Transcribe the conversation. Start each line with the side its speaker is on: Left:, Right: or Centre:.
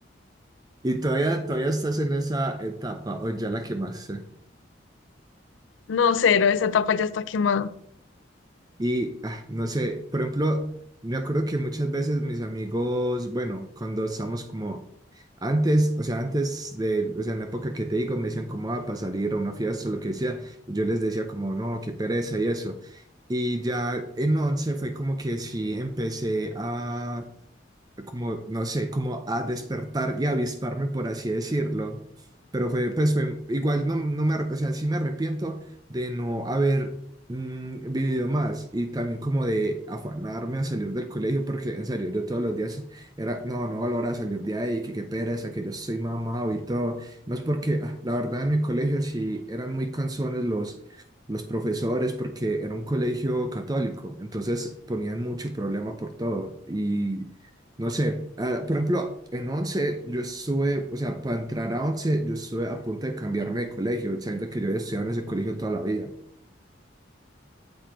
Right: ¿Y todavía, todavía estás en esa etapa o ya la quemaste?
Left: No, cero, esa etapa ya está quemada.
Right: Y ah, no sé, por ejemplo, me acuerdo que muchas veces mis amigos, bueno, cuando estamos como antes, o sea, antes de, o sea, en la época que te digo, me decían como, ah, para salir a una fiesta, o lo que sea, y yo les decía como, no, qué pereza y eso. Y ya en once fue como que sí empecé a como, no sé, como a despertar y avisparme, por así decirlo. Pero fue, pues fue, igual no, no me, ar- o sea, sí me arrepiento de no haber mm, vivido más y también como de afanarme a salir del colegio, porque en serio, yo todos los días era, no, no valora salir de ahí, que qué pereza, que yo soy mamado y todo. No es porque, ah, la verdad, en mi colegio sí eran muy cansones los... los profesores, porque era un colegio católico, entonces ponían mucho problema por todo y no sé, ah, por ejemplo, en 11 yo estuve, o sea, para entrar a 11 yo estuve a punto de cambiarme de colegio, sabiendo que yo había estudiado en ese colegio toda la vida.